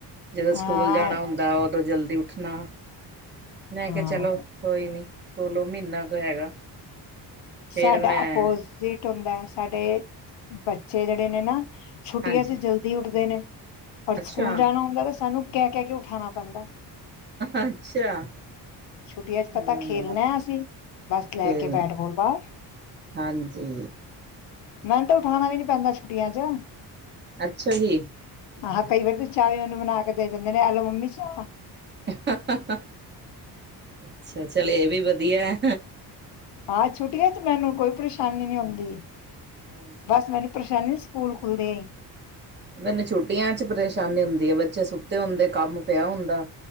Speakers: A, on the right; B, on the left.
A: ਜਦੋਂ
B: ਹਾਂ
A: ਸਕੂਲ ਜਾਣਾ ਹੁੰਦਾ ਉਦੋਂ ਜਲਦੀ ਨਾ ਮੈਂ
B: ਹਾਂ
A: ਕਿਹਾ ਚਲੋ ਕੋਈ ਨਹੀਂ ਕੋਲੋ ਮਹੀਨਾ ਕਾ ਹੈਗਾ
B: ਸਾਡਾ
A: ਫੇਰ ਮੈਂ
B: ਆਪੋਜ ਸੀ ਸੁੰਦਾ ਸਾਡੇ ਬੱਚੇ ਬੱਚੇ ਜਿਹੜੇ ਨੇ ਨਾ ਛੁੱਟੀਆਂ
A: ਹਾਂਜੀ
B: ਚ ਜਲਦੀ ਉੱਠਦੇ ਨੇ ਪਰ
A: ਅੱਛਾ
B: ਸਕੂਲ ਜਾਣਾ ਹੁੰਦਾ ਤੇ ਸਾਨੂੰ ਕਹਿ ਕਹਿ ਕੇ ਉਠਾਣਾ ਪੈਂਦਾ
A: ਅੱਛਾ
B: ਛੁੱਟੀਆਂ ਚ ਪਤਾ
A: ਹਮ
B: ਖੇਲਣਾ ਅਸੀਂ ਬਸ ਲੈ
A: ਖੇਲਣਾ
B: ਕੇ ਬੈਠ ਬੋਲਦਾ
A: ਹਾਂਜੀ
B: ਮੈਨੂੰ ਤਾਂ ਉਠਾਣਾ ਵੀ ਨੀ ਪੈਂਦਾ ਛੁੱਟੀਆਂ ਚ
A: ਅੱਛਾ ਜੀ
B: ਹਾ ਹਾਅ ਕਈ ਵਾਰੀ ਤਾਂ ਚਾਹ ਵੀ ਮੈਨੂੰ ਬਣਾ ਕੇ ਦੇ ਦਿੰਦੇ ਨੇ ਐਲੋ ਮੰਮੀ ਇੱਛਾ
A: ਹ ਹਾ ਹ ਅੱਛਾ ਚੱਲ ਇਹ ਵੀ ਵਧੀਆ
B: ਹਾਂ ਛੁੱਟੀਆਂ ਚ ਮੈਨੂੰ ਕੋਈ ਪਰੇਸ਼ਾਨੀ ਨਹੀਂਂ ਹੁੰਦੀ
A: ਹਾਂਜੀ
B: ਬਸ ਮੈਨੂੰ ਪਰੇਸ਼ਾਨੀ ਕੂਲ ਖੁੱਲਦੇ
A: ਮੈਨੂੰ ਛੁੱਟੀਆਂ ਚ ਪਰੇਸ਼ਾਨੀ ਹੁੰਦੀ ਹ ਬੱਚੇ ਸੁੱਤੇ ਹੁੰਦੇ ਕੰਮ ਪਿਆ ਹੁੰਦਾ